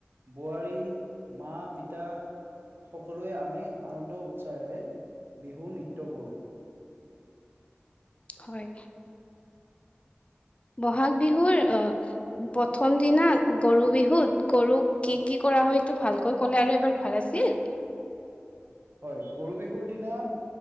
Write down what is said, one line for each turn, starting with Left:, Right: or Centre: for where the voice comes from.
Right: বোৱাৰী। মা পিতা মা পিতা সকলোৱে আমি আনন্দ উৎসাহেৰে বিহু নৃত্য কৰোঁ।
Left: হয়। বহাগ বিহুৰ আ। প্ৰথম দনা গৰু বিহুত গৰুক কি কি কৰা হয় এইটো ভালকৈ ক'লে আৰু এবাৰ। ভাল আছিল।
Right: হয় গৰু বিহুৰ দিনা